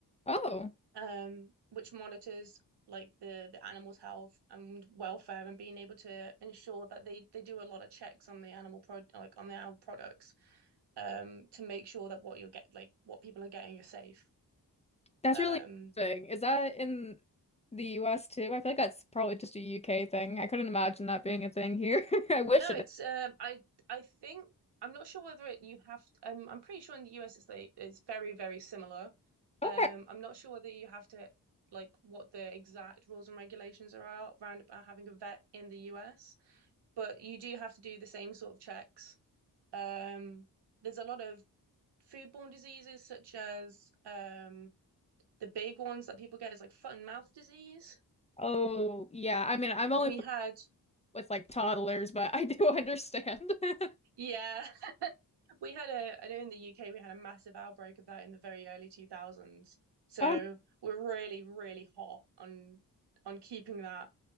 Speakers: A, on the left; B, on the right.
A: Oh,
B: um, which monitors like the the animal's health and welfare and being able to ensure that they they do a lot of checks on the animal pro like on the animal products um to make sure that what you'll get like what people are getting you're safe.
A: that's
B: Um,
A: really interesting. Is that in the US too? I feel like that's probably just a UK thing. I couldn't imagine that being a thing here. <laughs> I wish
B: No,
A: it.
B: it's um, I I think I'm not sure whether it you have to, um, I'm pretty sure in the US it's like it's very very similar.
A: Okay.
B: Um, I'm not sure whether you have to like what the exact rules and regulations are out around about having a vet in the US, but you do have to do the same sort of checks. Um, there's a lot of foodborne diseases such as um the big ones that people get is like foot and mouth disease.
A: Oh, yeah. I mean, I'm only
B: We
A: familiar
B: had,
A: with like toddlers, but I do <laughs> understand. <laughs>
B: yeah. We had a, I know in the UK we had a massive outbreak of that in the very early 2000s. So
A: Oh,
B: we're really, really hot on on keeping that